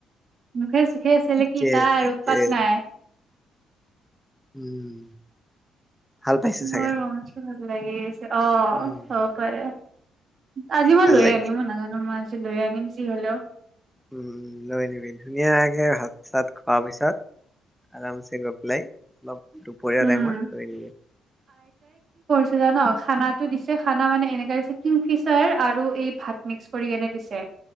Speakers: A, on the right; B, in the centre.
A: মুখে-চুখে চেলেকি
B: ঠিকে
A: তাৰ
B: ঠিকে
A: উৎপাত নাই।
B: উম। ভাল পাইছে
A: ব
B: চাগে
A: লাগে। অ
B: উম
A: সব কৰে। আজি মই
B: ভাল
A: লৈ
B: লাগে
A: আনিম মই নাজানো মই লৈ আনিম যি হ'লেও
B: উম উ লৈ নিবি ধুনীয়াকে ভাত চাত খোৱাৰ পিছত আৰামছে গৈ পেলাই অলপ দুপৰীয়াৰ
A: উম
B: টাইমত লৈ আনিমগে।
A: তই জান খানাত টো দিছে। খানা মানে এনেকা দিছে, কিন্তু ফিচাৰ আৰু এই ভাত মিক্স কৰি কেনে দিছে।